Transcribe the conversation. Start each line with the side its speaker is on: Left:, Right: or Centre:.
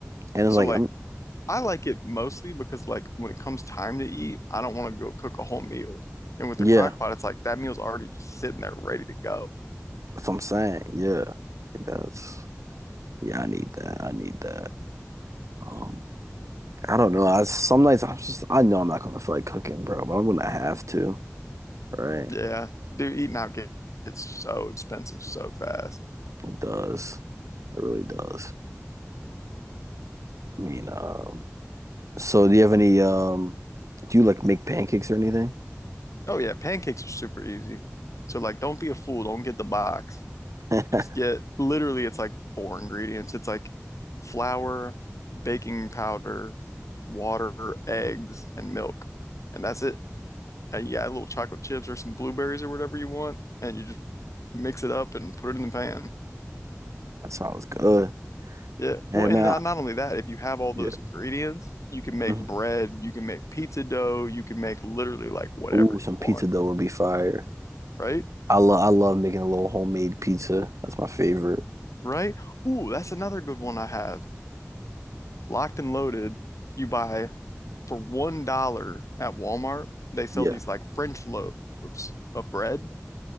Right: and
Left: So
Right: like
Left: like
Right: I'm,
Left: I like it mostly because like when it comes time to eat, I don't want to go cook a whole meal. And with
Right: yeah,
Left: the crock pot, it's like that meal's already just sitting there ready to go.
Right: that's what I'm saying. Yeah, like that's yeah. I need that. I need that. Um, I don't know. I some nights I'm just I know I'm not gonna feel like cooking, bro, but I'm gonna have to. Right?
Left: Yeah. Dude, eating out get- gets so expensive so fast.
Right: It does. It really does. I mean, um, so do you have any um, do you like make pancakes or anything?
Left: Oh yeah, pancakes are super easy. So like don't be a fool, don't get the box.
Right: <laughs>
Left: Just get literally it's like four ingredients. It's like flour, baking powder, water, eggs, and milk. And that's it. and you add little chocolate chips or some blueberries or whatever you want, and you just mix it up and put it in the pan.
Right: That sounds good.
Left: Yeah.
Right: Hey
Left: Well,
Right: man,
Left: and not,
Right: I,
Left: not only that, if you have all
Right: yeah.
Left: those ingredients, you can make
Right: Mhm.
Left: bread, you can make pizza dough, you can make literally like whatever
Right: Ooh, some
Left: you
Right: pizza
Left: want,
Right: dough would be fire.
Left: right?
Right: I love I love making a little homemade pizza. That's my favorite.
Left: Right? Ooh, that's another good one I have. Locked and loaded, you buy for one dollar at Walmart, they sell
Right: Yeah.
Left: these like French loaves of bread